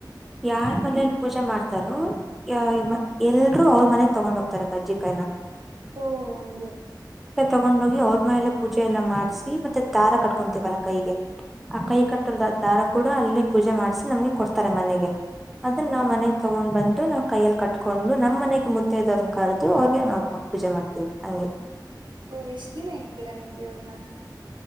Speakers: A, in the centre; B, on the right (about 85°).
A: ಯಾರ್ ಮನಲಿ ಪೂಜೆ ಮಾಡ್ತಾರೋ <unintelligible> ಎಲ್ರು ಅವ್ರ ಮನೆ ತಗೊಂಡ್ ಹೋಗ್ತಾರೆ ಕಜ್ಜಿಕಾಯಿ ನ
B: ಓ ಹಂಗೆ
A: ತಗೊಂಡೋಗಿ ಅವ್ರ ಮೇಲೆ ಪೂಜೆ ಎಲ್ಲ ಮಾಡಸಿ ಮತ್ತೆ ದಾರ ಕಟ್ಕೊಂತೀವಲ್ಲಾ ಕೈಗೆ ಆ
B: ಹ್ಞೂ
A: ಕೈ ಕಟ್ಟೋರ್ದ ದಾರ ಕೂಡ ಅಲ್ಲಿೇ ಪೂಜೆ ಮಾಡ್ಸಿ ನಮ್ಗೆ ಕೊಡ್ತಾರೆ ಮನೆಗೆ ಅದನ್ನ ನಾವ್
B: ಓ
A: ಮನೆಗ್ ತಗೊಂಡ್ ಬಂದು ನಾವ್ ಕೈಯಲ್ಲಿ ಕಟ್ಕೊಂಡು ನಮ್ಮ್ನೆಗ ಮುತ್ತೈದೆರನ ಕರೆದು ಅವ್ರ ನಾವು ಪ ಪೂಜೆ ಮಾಡ್ತೇವಿ ಹಂಗೆ
B: ಓಹ ಎಷ್ಟ್ ದಿನ ಇಗ್ತೀರಾ ನೀವು ದೇವರ್ನ